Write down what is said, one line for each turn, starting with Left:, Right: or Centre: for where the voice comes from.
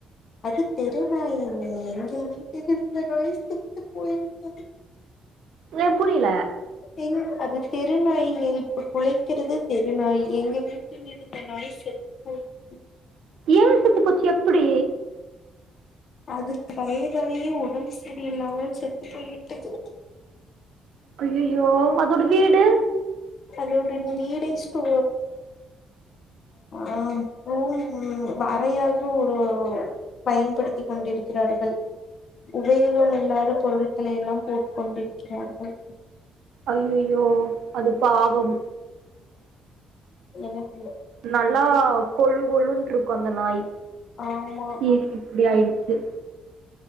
Left: அது தெருநாயில்லைங்க எங்க வீட்டில் இருந்த நாயி செத்துப் போய்விட்டது
Right: ஏ புரியல
Left: எங் அது தெருநாய்ங்க இப்ப குலைக்கிறது தெருநாய் எங்க வீட் டில் இருந்த நாய் செத் போயிட்ச்சு
Right: ஏ செத்து போச்சு ப்படி
Left: அதுக்கு வயதாயி உடம்பு சரியில்லாமல் செத்து போய்விட்டது
Right: அய்யயோ அதோட வீடு
Left: அதோட வீடை ஸ்டோ ஆ ரூம் வறையாக ஒரு பயன்படுத்திக் கொண்டிருக்கிறார்கள் உபயோகம் இல்லாத பொருட்களை எல்லாம் போட்டுக் கொண்டிருக்கிறார்கள்
Right: அயயோ அது பாவம்
Left: எனக்
Right: நல்லா கொளு கொளுனு ட்ருக்கு அந்த நாயி
Left: ஆமா
Right: ஏன் இப்படி ஆயிடுச்சு